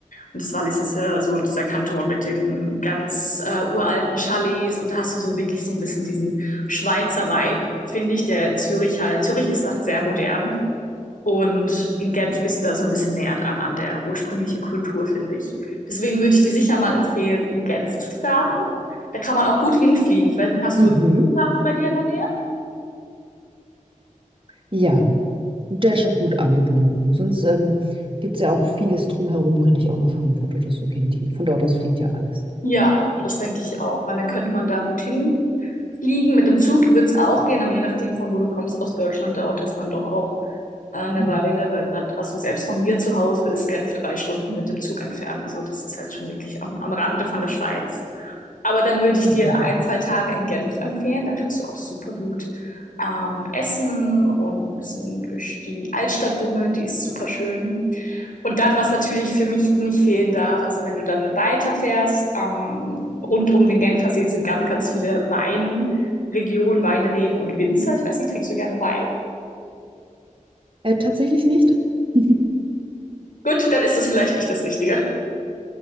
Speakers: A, on the left; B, on the right.
A: Und das Wallis ist ja so dieser Kanton mit den ganz äh, uralten Chalets. Und da hast du so wirklich so ein bisschen diesen Schweizer Vibe, finde ich, der in Zürich halt. Zürich ist halt sehr modern. Und in Genf bist du da so ein bisschen näher dran an der ursprünglichen Kultur, finde ich. Deswegen würde ich dir sicher mal empfehlen, in Genf zu starten. Da kann man auch gut hinfliegen. Ich weiß nicht, hast
B: Mhm.
A: du einen Flughafen bei dir in der Nähe?
B: Ja. Der ist auch gut angebunden. Sonst ähm, gibt es ja auch vieles drumherum, könnte ich auch nach Frankfurt oder so gehen. Die, von dort aus fliegt ja alles.
A: Ja, das denke ich auch, weil dann könnte man da gut hinfliegen. Mit dem Zug wird es auch gehen, aber je nachdem, von wo du kommst, aus Deutschland dauert das dann doch auch äh, eine
B: Mhm.
A: Weile, weil grad, also selbst von mir zu Hause ist Genf drei Stunden mit dem Zug entfernt. Also das ist halt schon wirklich am, am Rande von der Schweiz. Aber dann würde ich
B: <laughs>
A: dir ein, zwei Tage in Genf empfehlen. Da kannst du auch super gut ähm, essen und ein bisschen durch die Altstadt bummeln. Die ist super schön. Und dann, was natürlich für mich nicht fehlen darf, also wenn du dann weiterfährst, ähm, rund um den Genfersee sind ganz, ganz viele Weinregionen, Weinreben und Winzer. Ich weiß nicht, trinkst du gerne Wein?
B: Äh, tatsächlich nicht. <laughs>
A: Gut, dann ist es vielleicht nicht das Richtige.